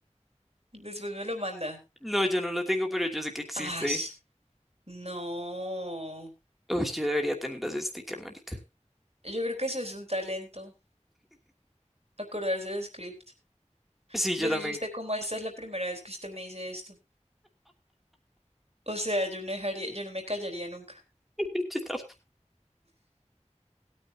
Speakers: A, on the right; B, in the centre.
A: Después me lo manda.
B: No, yo no lo tengo, pero yo sé que existe.
A: Ay, no.
B: Uy, yo debería tener ese sticker, marica.
A: Yo creo que eso es un talento, acordarse del script.
B: Sí, yo
A: Yo
B: también.
A: no sé usted cómo esta es la primera vez que usted me dice esto. O sea, yo no dejaría, yo no me callaría nunca.
B: <laughs> Yo tampoco.